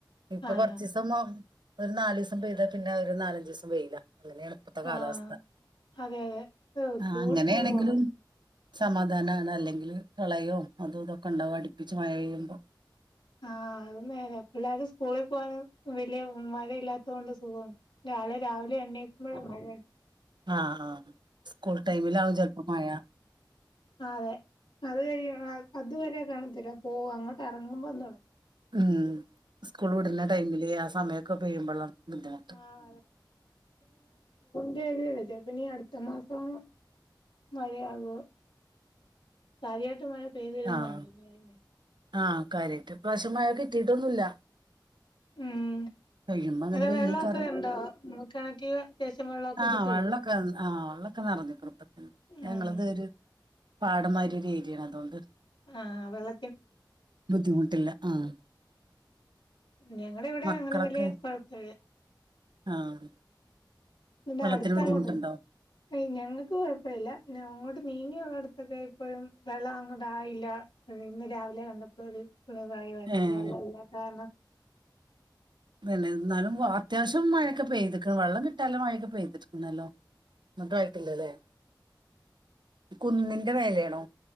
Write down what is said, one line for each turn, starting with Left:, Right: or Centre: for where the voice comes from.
Right: ഇപ്പൊ
Left: ആഹ്
Right: കൊർസം
Left: ആഹ്
Right: മു ഒരു നാലീസം പെയ്താ പിന്നെ ഒരു നാലഞജീസം വെയ്ലാ ങ്ങനെയാണ് പ്പത്തെ കാലാവസ്ഥ.
Left: ആഹ് അതെ അതെ ഓഹ്
Right: ആഹ്
Left: ചൂടിനൊരു
Right: അങ്ങനെയാണെങ്കിലും
Left: കുറവും
Right: സമാധാനാണേ അല്ലെങ്കില് കളയോ അതോതൊക്കെ ഉണ്ടാവു അട് പ്പിച്ച് മഴ യ്യുമ്പോ
Left: ആഹ് അഹ് നേരെ പിള്ളേര് സ്കൂള് പോണോ വല്യ മഴയില്ലാത്തോണ്ട് സുഖോ നാളെ രാവിലെ എണ്ണേക്കുമ്പഴാ മയ് ഉ <unintelligible>
Right: ആഹ് ആഹ് സ്കൂൾ ടൈമിലാകും ചെലപ്പോ മയ
Left: ആ അതെ അത് കഴ അതുവരെ കാണത്തില്ല പോ അങ്ങോട്ട് എറങ്ങുമ്പോ തൊട -
Right: ഉം സ്കൂൾ വിടുന്ന ടൈമില് ആ സമയമൊക്കെ പെയ്യുമ്പോളാ ബുദ്ധിമുട്ട്
Left: ആഹ് തെ തെ തെപ്പനി അടുത്ത മാസം മഴയാകും സാരിയായിട്ട് മഴ പേര്ള്ള
Right: ആഹ്
Left: നാള് <unintelligible>
Right: ആഹ് കാര്യറ്റ് പ്രശമായ കിട്ടീട്ടൊന്നുംല്ല
Left: ഉം
Right: പെയ്യുമ്പോ അങ്ങന്റെ
Left: അങ്ങനെ
Right: പെയ്യയ്കാരം
Left: വെള്ളമൊക്കെ ഉണ്ടോ കിണറ്റില് അത്യാവശ്യം വെള്ളമൊക്കെ
Right: ആഹ്
Left: കിട്ടുവോ
Right: വെള്ളക്കെ ആഹ വെള്ളമക്കെ നിറഞ്ഞുക്ണ് പ്പതെന്നെ ഞങ്ങളതൊരു
Left: ഉം
Right: പാടന്മാരി ഒരു ഏരിയാണ് അതുകൊണ്ട്
Left: ആഹ് വെള
Right: ബുദ്ധിമുട്ടില്ല ആഹ്
Left: ഞങ്ങട ഇവിടെ
Right: മക്കളൊക്കെ
Left: അങ്ങനെ വലിയ കുഴപ്പല്ല
Right: ആഹ്
Left: ഇടെ
Right: വെള്ളത്തിന്
Left: അടുത്തങ്ങോട്ട്
Right: ബുദ്ധിമുട്ടുണ്ടോ
Left: ഹയ് ഞങ്ങക്ക് കൊഴപ്പല്ല ഞങ്ങോട്ട് നീങ്ങിയ അടുത്തൊക്കെ ഇപ്പോഴും വെള്ളം അങ്ങോട്ട ആയില്ല ഇന്ന് രാവിലെ കണ്ടപ്പളോരു <unintelligible>
Right: ഏഹ്
Left: വെള്ളല്ലാത്താര ണം
Right: പിന്നെ എന്നാലും അത്യാവശ്യം മഴൊക്കെ പെയ്തിക്ണ് വള്ളം കിട്ടാല മഴയൊക്കെ പെയ്തിക്കുന്നല്ലോ എന്നിട്ടും ആയിട്ടില്ലല്ലേ കുന്നിന്റെ വേലയാണോ